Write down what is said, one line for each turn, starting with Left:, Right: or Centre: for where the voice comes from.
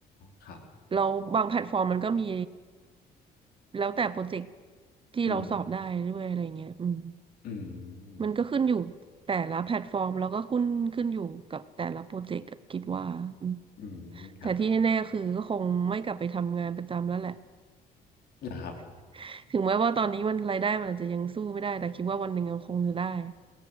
Left: ครับ
Right: เราบางแพลตฟอร์มมันก็มี แล้วแต่โปรเจกต์ที่เราสอบได้ด้วยอะไรเงี้ยอืม
Left: อืมอืม
Right: มันก็ขึ้นอยู่แต่ละแพลตฟอร์มแล้วก็ขึ้นขึ้นอยู่กับแต่ละโปรเจกต์อะคิดว่าอืม
Left: อืมครับ
Right: แต่ที่แน่ๆคือก็คงไม่กลับไปทำงานประจำแล้วแหละ
Left: เหรอครับ
Right: <laughs> ถึงแม้ว่าตอนนี้มันรายได้มันอาจจะยังสู้ไม่ได้แต่คิดว่าวันหนึ่งมันคงจะได้